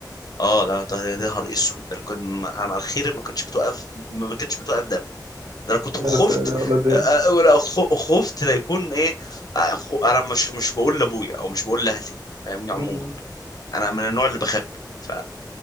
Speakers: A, on the left; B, on the right.
A: اه لا ده ده نهار اسود ده انا كنت انا على الخير ما كنتش بتوقف ما كنتش بتوقف دم ده انا كنت
B: يا
A: خفت
B: ساتر يا ولد ال
A: آه، آه، آه، ولا خ- خفت لا يكون ايه آه، خ- انا مش مش بقول لابويا او مش بقول لاهلي فاهمني
B: مم.
A: عموما انا من النوع اللي بخبي ف